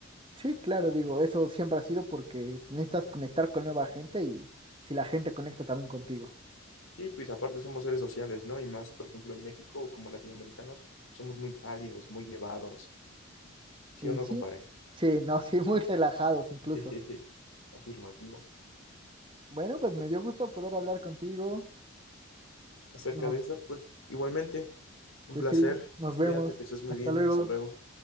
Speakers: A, on the right (about 25°); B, on the left (about 70°).
A: Sí, claro, digo, eso siempre ha sido porque necesitas conectar con nueva gente y si la gente conecta también contigo.
B: Sí, pues aparte somos seres sociales, ¿no? Y más, por ejemplo, en México, como latinoamericanos, somos muy cálidos, muy llevados. ¿Sí
A: Y
B: o no,
A: sí,
B: comparé?
A: sí, no, <laughs> sí, muy relajados incluso.
B: <laughs> Afirmativo.
A: Bueno, pues me dio gusto poder hablar contigo.
B: Acerca
A: Nos
B: de esto, pues igualmente, un
A: Pues
B: placer.
A: sí, nos vemos.
B: Cuídate, que estés muy
A: Hasta
B: bien.
A: luego.
B: Hasta luego.